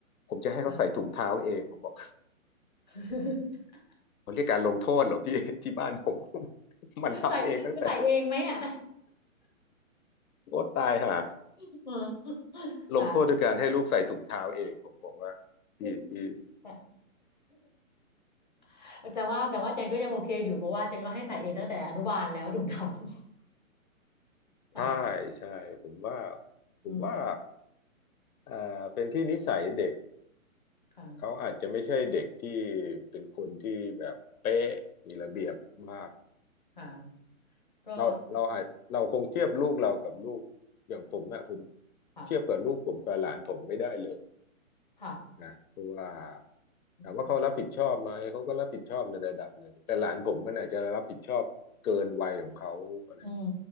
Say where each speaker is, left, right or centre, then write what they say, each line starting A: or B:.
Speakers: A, on the left; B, on the left.
A: ผมจะให้เขาใส่ถุงเท้าเองผมบอก
B: อ่ะ <laughs>
A: เขาเรียกการลงโทษเหรอพี่ <laughs> ที่บ้านผม <laughs> มันทำเองตั้งแต่
B: ใส่ใส่เองไหมอ่ะ
A: โอ้ตายห่า
B: <laughs> อืมตาย
A: ลงโทษด้วยการให้ลูกใส่ถุงเท้าเองผมบอกว่าพี่พี่
B: <laughs> นี่แต่ <laughs> แต่ว่าแต่ว่าแจงก็ยังโอเคอยู่เพราะว่าแจงก็ให้ใส่เองตั้งแต่อนุบาลแล้วถุงดำ <laughs> ค่ะ
A: ใช่ใช่ผมว่าผมว่า
B: อืม
A: อ่าเป็นที่นิสัยเด็ก
B: ค่ะ
A: เขาอาจจะไม่ใช่เด็กที่เป็นคนที่แบบเป๊ะมีระเบียบมาก
B: ค่ะก็
A: เราเราอาจเราคงเทียบลูกเรากับลูกอย่างผมอะผม
B: ค่ะ
A: เทียบกับลูกผมกับหลานผมไม่ได้เลย
B: ค่ะ
A: นะเพราะว่า
B: อืม
A: ถามว่าเขารับผิดชอบไหมเขาก็รับผิดชอบในระดับหนึ่งแต่หลานผมมันอาจจะรับผิดชอบเกินวัยของเขาอะไร
B: อืม